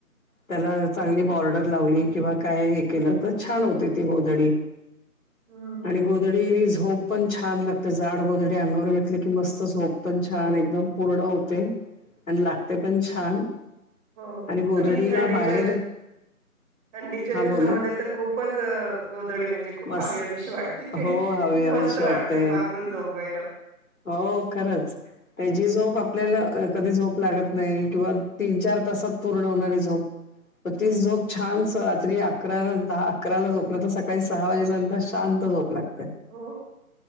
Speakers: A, on the left; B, in the centre.
A: त्याला चांगली बॉर्ड. लावली किंवा काय हे केलं. तर छान होते ती गोधडी.
B: हम्म
A: आणि गोधडी झोप पण छान लागते. जाड गोधडी अंगावर घेतले की मस्त झोप पण छान
B: हो
A: एकदम पूर्ण होते. आणि लागते पण छान.
B: हो
A: गोधडीला
B: आणि थंडीच्या-थंडीच्या
A: बाहेर हा
B: दिवसामध्ये
A: बोला
B: तर खूपच. गोद गोदडी. ती म्हणजे खूप
A: बस
B: हवी हवीशी वाटते,
A: हो, हवी
B: खूप
A: हवीशी
B: मस्त वाटत
A: वाटते.
B: पांघरून झोपायला.
A: हो खरंच. तेजी झोप आपल्याला अ कधी झोप लागत नाही, किंवा तीन चार तासात पूर्ण होणारी झोप म तिच जोप छान स रात्री अकरा दहा अकराला झोपलं तर सकाळी दहा वाजेपर्यंत शांत झोप लागते.
B: हो